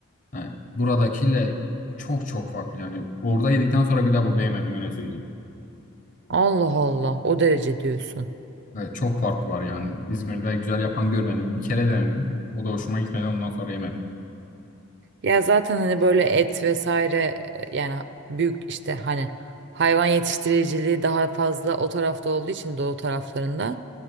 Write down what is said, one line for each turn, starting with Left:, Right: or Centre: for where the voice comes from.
Left: Yani buradakiyle çok çok farklı yani. Orada yedikten sonra bir daha burada yemedim öyle söyleyeyim.
Right: Allah Allah o derece diyorsun.
Left: Evet, çok farkı var yani. İzmir'de güzel yapan görmedim. Bir kere denedim. O da hoşuma gitmedi. Ondan sonra yemedim.
Right: Ya zaten hani böyle et vesaire e, yani büyük işte hani hayvan yetiştiriciliği daha fazla o tarafta olduğu için doğu taraflarında